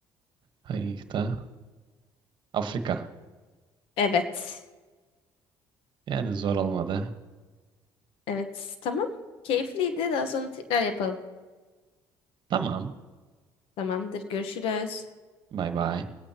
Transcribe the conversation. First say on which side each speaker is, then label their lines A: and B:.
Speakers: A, on the right; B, on the left.
A: Hangi kıta? Afrika.
B: Evet.
A: Yani zor olmadı.
B: Evet. Tamam. Keyifliydi. Daha sonra tekrar yapalım.
A: Tamam.
B: Tamamdır. Görüşürüz.
A: Bay bay.